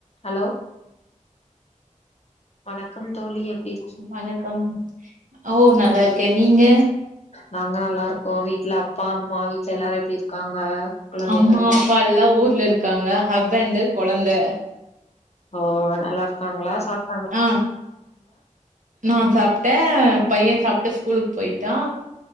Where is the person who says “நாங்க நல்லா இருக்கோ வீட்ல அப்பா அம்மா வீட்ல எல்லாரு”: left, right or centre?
Left